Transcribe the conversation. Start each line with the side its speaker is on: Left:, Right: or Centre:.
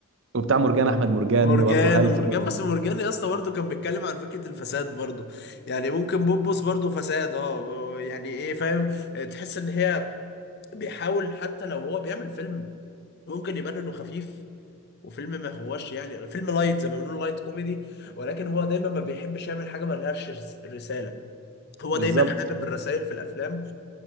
Right: وبتاع مرجان احمد مرجان
Left: مرجان
Right: برضه هلس
Left: ومرجان
Right: برضه
Left: بس مرجان يا اسطى برضه كان بيتكلم عن فكرة الفساد برضه يعني ممكن بوبوس برضه فساد اه يعني ايه فاهم تحس ان هي بيحاول حتى لو هو بيعمل فيلم ممكن يبان انه خفيف وفيلم ما هوش يعني فيلم لايت زي ما بنقول لايت كوميدي ولكن هو دايما ما بيحبش يعمل حاجة ما لهاش رس- رسالة هو
Right: بالظبط
Left: دايما حابب الرسائل في الافلام